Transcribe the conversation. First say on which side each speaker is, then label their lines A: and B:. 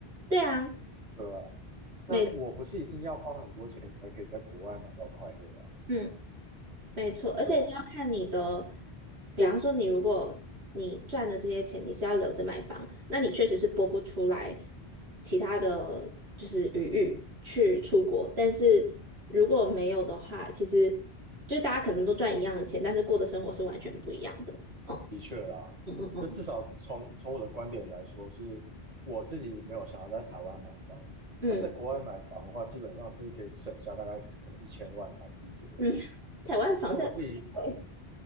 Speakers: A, on the right; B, on the right.
A: 对啊，
B: 对啊，
A: 没，
B: 那我不是一定要花很多钱才可以在国外买到快乐啊？
A: 嗯，没错。而且要看你的，
B: 对啊，
A: 比方说你如果你赚的这些钱你是要留着买房，那你确实是拨不出来其他的就是余裕去出国。但是如果没有的话，其实就是大家可能都赚一样的钱，但是过的生活是完全不一样的。嗯。
B: 的确啦。
A: 嗯嗯
B: 那至少从从我的观点来说，是我自己没有想要在台湾买房。
A: 嗯，
B: 那在国外买房的话，
A: 嗯
B: 基本上是可以省下大概可能一千万台币左右。
A: 嗯，<laughs> 台湾房价贵，
B: 那我自己，